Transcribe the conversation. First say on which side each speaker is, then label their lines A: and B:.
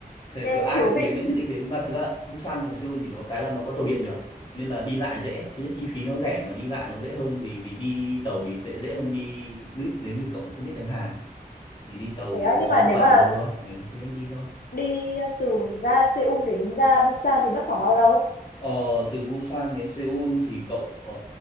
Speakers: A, on the left; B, on the left.
A: thế
B: nghe
A: cứ ai
B: cũng thú
A: cũng
B: vị
A: đến là nhất định phải mà thực ra Busan và Seoul thì nó cái là nó có tàu điện được nên là đi lại dễ thứ nhất chi phí nó rẻ mà đi lại nó dễ hơn vì vì đi, đi tàu thì sẽ dễ hơn đi buýt nếu như cậu không biết tiếng Hàn thì đi tàu
B: thế
A: nó
B: à,
A: có
B: nhưng mà nếu
A: bản
B: mà
A: đồ thôi ừ, thế đấy mà đi thôi
B: đi từ ga Seoul đến ga Busan thì mất khoảng bao lâu
A: Ờ, từ Busan đến Seoul thì cậu ờ,